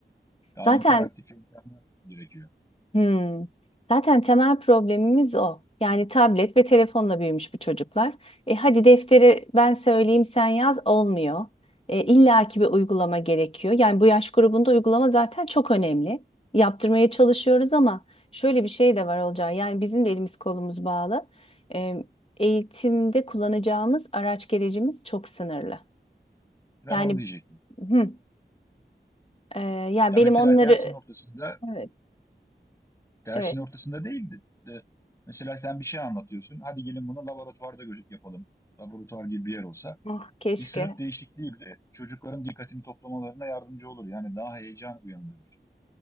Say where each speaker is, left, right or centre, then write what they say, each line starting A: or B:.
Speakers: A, on the left; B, on the left.
A: Daha
B: Zaten
A: interaktif yöntemler gerekiyor.
B: Hmm. Zaten temel problemimiz o. Yani tablet ve telefonla büyümüş bu çocuklar. E hadi defteri ben söyleyeyim sen yaz olmuyor. E, illa bir uygulama gerekiyor. Yani bu yaş grubunda uygulama zaten çok önemli. Yaptırmaya çalışıyoruz ama şöyle bir şey de var olacağı. Yani bizim de elimiz kolumuz bağlı. E, eğitimde kullanacağımız araç gerecimiz çok sınırlı.
A: Ben
B: Yani
A: onu diyecektim.
B: hı, e, ya
A: Ya
B: benim
A: mesela
B: onları
A: dersin ortasında,
B: evet
A: dersin
B: evet
A: ortasında değil de, de mesela sen bir şey anlatıyorsun. Hadi gelin bunu laboratuvarda gö- yapalım. Laboratuvar gibi bir yer olsa.
B: ah keşke
A: Bir sınıf değişikliği bile çocukların dikkatini toplamalarına yardımcı olur. Yani daha heyecan uyandırır.